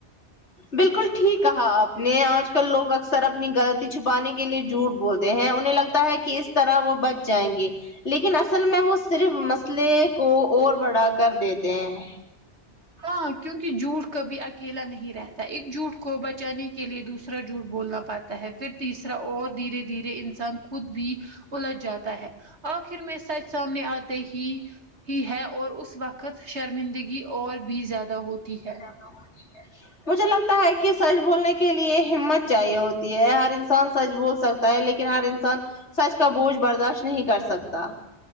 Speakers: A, on the left; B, on the right.
A: بالکل ٹھیک کہا آپ نے آج کل لوگ اکثر اپنی غلطی چھپانے کے لیے جھوٹ بولتے ہیں انہیں لگتا تا ہے کہ اس طرح وہ بچ جائیں گے لیکن اصل میں وہ صرف مسئلے کو اور بڑا کر دیتے ہیں
B: ہاں کیونکہ جھوٹ کبھی اکیلا نہیں رہتا ایک جھوٹ کو بچانے کے لیے دوسرا جھوٹ بولنا پڑھتا ہے پھر تیسرا اور دھیرے دھیرے انسان خود بھی الجھ جاتا ہے آخر میں سچ سامنے آتے ہی ہی ہے اور اس وقت شرمندگی اور بھی زیادہ ہوتی ہے
A: <unintelligible> مجھے لگتا ہے کہ سچ بولنے کے لیے ہمت چاہیے ہوتی ہے ہر انسان سچ بول سکتا ہے لیکن ہر انسان سچ کا بوجھ برداشت نہیں کر سکتا